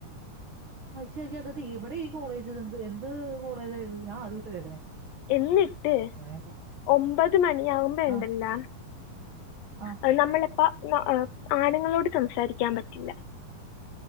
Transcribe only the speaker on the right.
അശാശ്ശെത് തി എവിടെ ഈ കോളേജ് ഇത് എന്ത് എന്ത് കോളേജത് ഞാൻ ആതിയാട്ട കേൾക്കണേ
ഇങ്ങനെയൊക്കെ.
ആ, ആ